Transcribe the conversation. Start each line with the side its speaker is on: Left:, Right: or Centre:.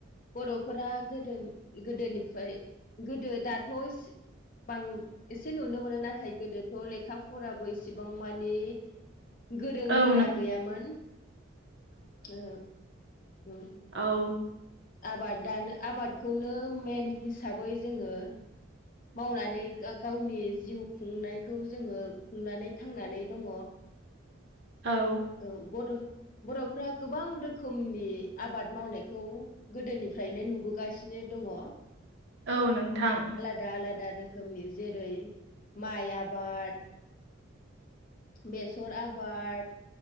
Left: बर'फोरा गोदो गोदोनिफ्राय गोदो दाथ' बां एसे नुनो मोनो नाथाय गोदोथ' लेख लेखा फराबो इसिबां मानि। गोरों
Right: औ
Left: गोरा
Right: नों
Left: गैयामोन औ औ।
Right: औ।
Left: आबादानो आबादखौनो मेन हिसाबै जोङो। मावनानै गावनि जिउ खुंनायखौ जोङो खुंनानै थांनानै दङ।
Right: औ।
Left: औ बर' बर'फ्रा गोबां रोखोमनि आबाद मावनायखौ। गोदोनिफ्रायनो नुबोगासिनो दङ।
Right: औ नोंथां।
Left: दा आलादा रोखोमनि जेरै माइ आबाद। बेसर आबाद